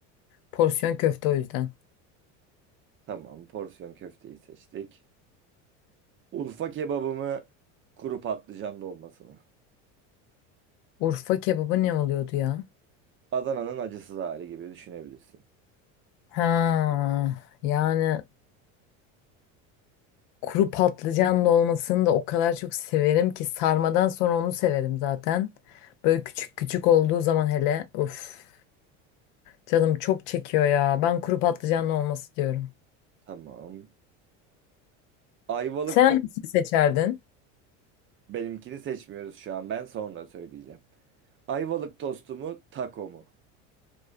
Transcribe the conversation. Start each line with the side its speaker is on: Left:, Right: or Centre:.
Left: Porsiyon köfte o yüzden.
Right: Tamam, porsiyon köfteyi seçtik. Urfa kebabı mı, kuru patlıcanlı dolması mı?
Left: Urfa kebabı ne oluyordu ya?
Right: Adana'nın acısız hali gibi düşünebilirsin.
Left: Ha, yani kuru patlıcanlı olmasını da o kadar çok severim ki sarmadan sonra onu severim zaten. Böyle küçük küçük olduğu zaman hele uf canım çok çekiyor ya. Ben kuru patlıcanlı olması diyorum.
Right: Tamam. Ayvalık
Left: Sen hangisini
Right: to-
Left: seçerdin?
Right: benimkini seçmiyoruz şu an. Ben sonra söyleyeceğim. Ayvalık tostu mu, taco mu?